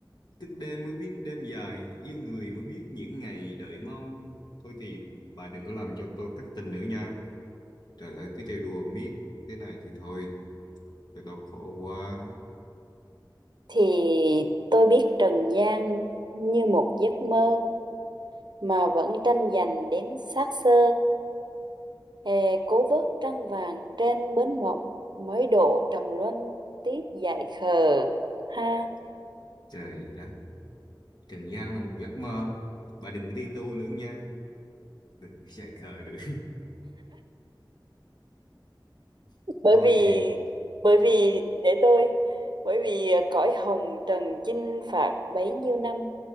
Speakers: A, on the left; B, on the right.
A: Thức đêm mới biết đêm dài. Yêu người mới biết những ngày đợi mong. Thôi thì bà đừng có làm cho tôi thất tình nữa nha. Trời ơi, cứ trêu đùa miết. Thế này thì thôi. Cho tôi khổ quá.
B: thì tôi biết trần gian như một giấc mơ mà vẫn tranh giành đến xác xơ Hè cố vớt trăng vàng trên bến mộng mới độ trầm luân tiếp dại khờ ha
A: Trời đất. Trần gian là một giấc mơ. Bà đừng có đi tu nữa nha. Đừng có chạy khờ nữa. <laughs>
B: bởi
A: Thôi
B: vì
A: thì
B: bởi vì
A: thì
B: để tôi bởi vì à, cõi hồng trần chinh phạt bấy nhiêu năm